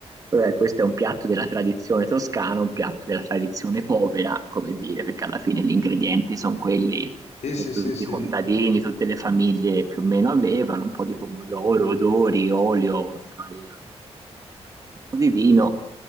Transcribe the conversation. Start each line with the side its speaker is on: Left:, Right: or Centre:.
Right: Vabbè, questo è un piatto della tradizione toscana, un piatto della tradizione povera, come dire, perché alla fine gli ingredienti sono quelli
Left: Sì, sì,
Right: che tutti
Left: sì, sì.
Right: i contadini, tutte le famiglie più o meno avevano, un po' di pomodoro, odori, olio, sale, acqua, magari un po' di vino,